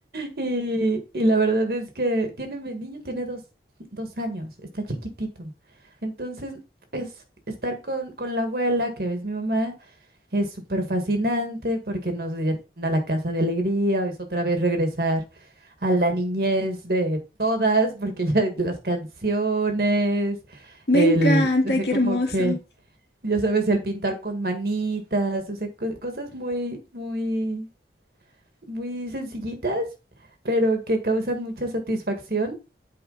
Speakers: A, on the right (about 55°); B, on the left (about 70°).
A: Y, y la verdad es que tiene, mi niño tiene dos, dos años, está chiquitito, entonces es estar con, con la abuela, que es mi mamá, es súper fascinante porque nos llena la casa de alegría, es otra vez regresar a la niñez de todas, porque ya <laughs> las canciones,
B: Me
A: el,
B: encanta,
A: o sea,
B: qué
A: como
B: hermoso.
A: que, ya sabes, el pintar con manitas, o sea, co- cosas muy, muy, muy sencillitas, pero que causan mucha satisfacción